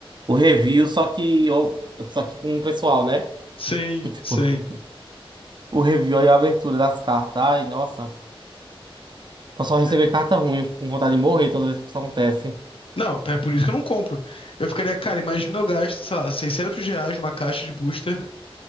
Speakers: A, on the right; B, on the left.
A: O review, só que. o- Só que com o pessoal, né?
B: Sim,
A: Tipo, tipo,
B: sim.
A: <laughs> o review e a abertura das cartas. Ai, nossa. Pra só receber
B: É.
A: carta ruim com vontade de morrer toda vez que isso acontece.
B: Não, então é por isso que eu não compro. Eu ficaria, cara, imagina eu gasto, sei lá, 600 reais numa caixa de booster